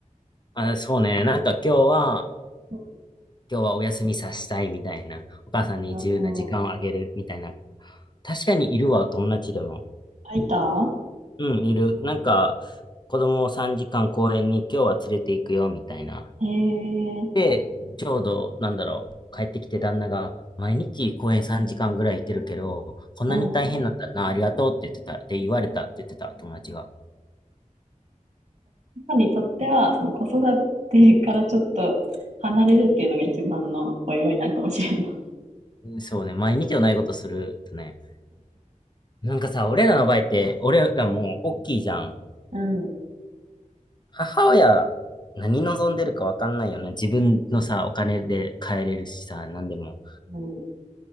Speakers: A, on the left; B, on the right.
A: あ、そうね。なんか今日は、
B: う
A: 今日はお休みさせたいみたいな。お母さんに自由な時間をあげるみたいな。
B: んうんうん。
A: 確かにいるわ、友達でも。
B: 空いた
A: うん、いる。なんか、子供を3時間公園に今日は連れて行くよみたいな。
B: へえ。
A: で、ちょうど、なんだろう、帰ってきて旦那が、毎日公園3時間ぐらい行ってるけど、こんなに大変なんだな、
B: うん
A: ありがとうって言ってた、って言われたって言ってた、友達が。
B: 母にとっては、その子育てからちょっと離れるっていうのが一番のお祝いなのかもしれんな。
A: そうね、毎日同じことするとね。なんかさ、俺らの場合って、俺らもう大きいじゃん。
B: うん。
A: 母親、何望んでるかわかんないよな。自分のさ、お金で買えれるしさ、何でも。
B: うん